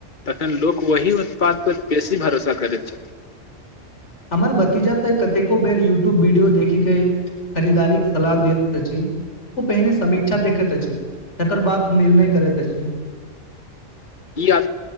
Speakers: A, on the left; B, on the left.
A: तखन लोग ओही उत्पाद पर बेसी भरोसा करैत छथि
B: हमर भतीजा तै कतेको बेर यूट्यूब वीडियो देखिके क खरीदारी सलाह दैत छ ओ पहिने समीक्षा देखैत अछि तकर बाद निर्णय करैत अछ
A: ई अ